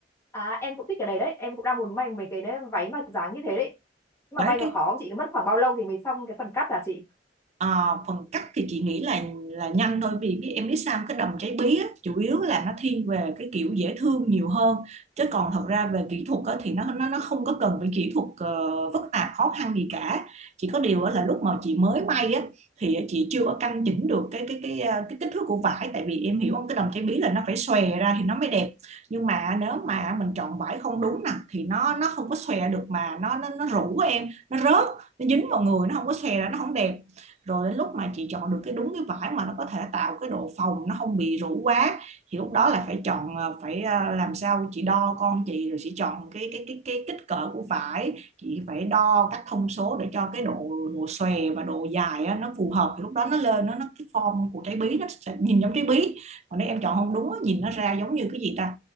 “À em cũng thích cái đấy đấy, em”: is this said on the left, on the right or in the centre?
Left